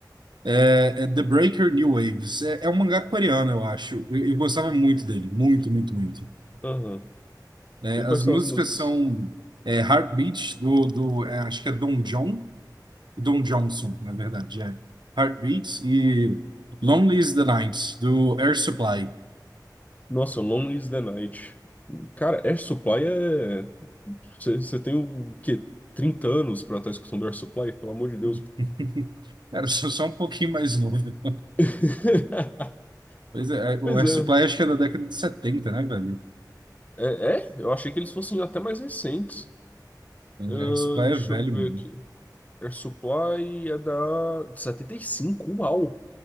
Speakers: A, on the right; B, on the left.
A: É, é The Breaker New Waves. É, é um mangá coreano, eu acho. Eu, eu gostava muito dele. Muito, muito, muito.
B: Aham.
A: É,
B: E
A: as
B: quais são
A: músicas
B: as músicas?
A: são é, Heartbeat, do, do é, acho que é Don John. Don Johnson, na verdade. É. Heartbeat e Lonely is the Night, do Air Supply.
B: Nossa, Lonely is the Night. Cara, Air Supply é. Você tem o quê? trinta anos pra estar escutando Air Supply? Pelo amor de Deus.
A: <laughs>
B: pô.
A: Era só só um pouquinho mais novo. <laughs>
B: <laughs>
A: Pois é, é,
B: Pois
A: o Air
B: é.
A: Supply acho que é da década de 70, né, velho?
B: É, é? Eu achei que eles fossem até mais recentes.
A: É,
B: Ahn,
A: Air Supply
B: deixa
A: é velho,
B: eu ver
A: mano.
B: aqui. Air Supply é da de setenta e cinco uau!